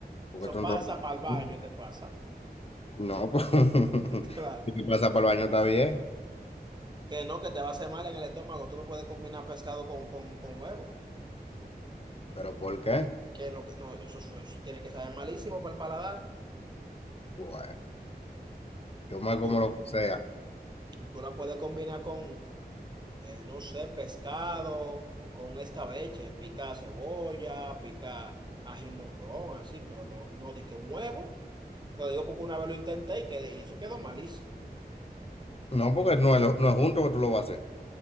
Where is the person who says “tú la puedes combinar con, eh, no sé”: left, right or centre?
Right